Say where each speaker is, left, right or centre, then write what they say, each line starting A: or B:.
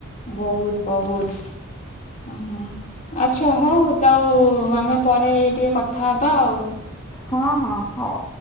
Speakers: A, on the left; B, on the left.
A: ବହୁତ୍ -ବହୁତ୍। ଓହୋ ଆଚ୍ଛା ହଉ ତଉ ଆମେ ପରେ ଟିକେ କଥା ହବା ଆଉ।
B: ହଁ- ହଁ ହଉ।